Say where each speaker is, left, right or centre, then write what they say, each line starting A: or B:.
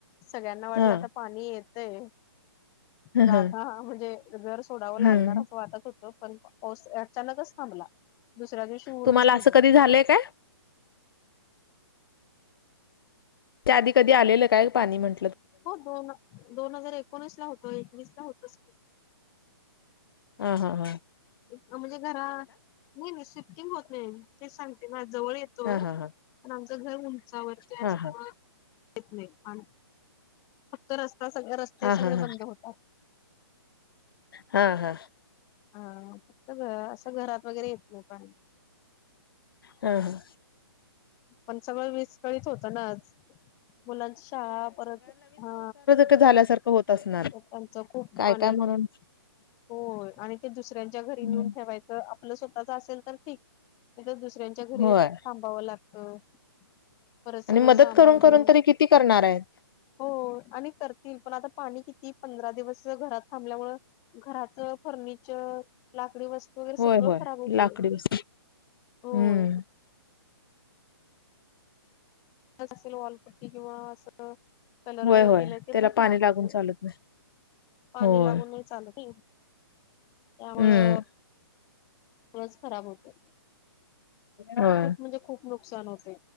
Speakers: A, on the left; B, on the left.
A: सगळ्यांना वाटलं
B: हा
A: आता पाणी येतय
B: ह
A: जागा
B: ह
A: म्हणजे घर सोडावं लागणार
B: हम्म
A: असं वाटत होतं पाऊस अचानकच थांबला. दुसऱ्या दिवशी ऊनच
B: तुम्हाला
A: पडलं.
B: <unintelligible> काय. त्या आधी कधी आलेलं काय पाणी म्हण
A: हो दोन दोन हजार एकोणीस ला होतो एकवीस ला होतच
B: ह हां हां
A: म्हणजे घरा नाही नाही स्विपटिंग होत नाही तेच सांगते ना जवळ येतो
B: हा हा हा
A: पण आमचं घर उंचावरती
B: हा
A: असाव येत नाहीआणी फक्त रस्ता सगळे रस्ते
B: हा हा हा
A: सगळे
B: हा
A: बंद होतात
B: हा हा
A: हा फक्त घ असं घरात वगैरे येत नाही पण
B: ह हा
A: पण सगळ विस करीत होत ना आज मुलांची शाळा परत हा
B: झाल्यासारख होत असणार
A: पंपाच खूप
B: काय
A: अनेक
B: काय म्हणून
A: हो आणि ते दुसऱ्यांच्या घरी
B: हम्म.
A: नेऊन ठेवायचं आपलं स्वतःच असेल तर ठीक दुसऱ्यां च्या घरी
B: होय
A: थांबावं लागत परत
B: आणि
A: सगळं
B: मदत
A: सामान
B: करून
A: घेऊन
B: करून तरी किती करणार आहेत
A: हो आणि करतील पण आता पाणी किती ती पंधरा दिवस घरात थांबल्यामुळ घराच फर्निचर लाकडी वस्तु वगैरे
B: होय
A: सगळं
B: होय
A: खराब होत
B: लाकडी वस्तू
A: होय
B: हम्म
A: असेल वाॉलपट्टी किंवा असं कलर
B: होय
A: वगैरे
B: होय
A: केले ते
B: त्याला
A: पण खराब
B: पाणी लागून
A: होते
B: चालत नाही
A: पाणी
B: होय.
A: लागून नाही चालत त्यामुळे
B: हम्म.
A: पसृ खराब होते
B: होय.
A: खूप म्हणजे खूप नुकसान होते